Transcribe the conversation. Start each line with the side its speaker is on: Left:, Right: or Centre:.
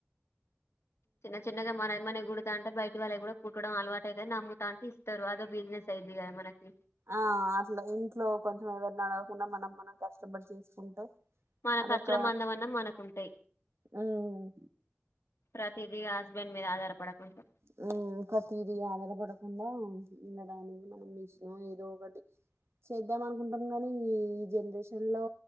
Left: చిన్న చిన్నగా మానై మన గుడుత్ ట్లా అంటే బయటి వాళ్ళై కూడా కుట్టడం అలవాటైతది నాముతాంటే ఇస్తారు. అదో బిజీనెస్ అయిది గాదా మనకి
Right: ఆ అట్లా ఇంట్లో కొంచెం ఎవర్న్ అడగకుండా మనం, మనం కష్టపడి చేసుకుంటే
Left: మన
Right: అదొక
Left: ఖర్చుల మందం అన్నా మనకు ఉంటాయి
Right: ఉహ్
Left: ప్రతిది హస్బెండ్ మీద ఆధారపడకుంటా
Right: హు ఇంకా తిదీ ఆధారపడకుండా, ఉండడానికి మనం మిషన్ ఏదో ఒకడి. చేద్దాం అనుకుంటాం గానీ, ఈ ఈ జనరేషన్ లో